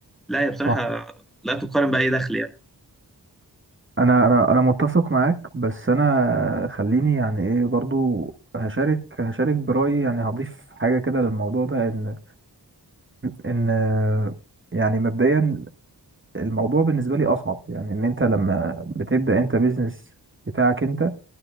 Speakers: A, in the centre; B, on the right.
A: لا هي بصراحة
B: صح
A: لا تقارن بأي دخل يعني
B: أنا أنا أنا متفق معاك بس أنا خليني يعني إيه برضو هشارك هشارك برأيي يعني هضيف حاجة كده للموضوع ده إن ان يعني مبدئيا الموضوع بالنسبه لي اصعب يعني ان انت لما بتبدا انت بيزنس بتاعك انت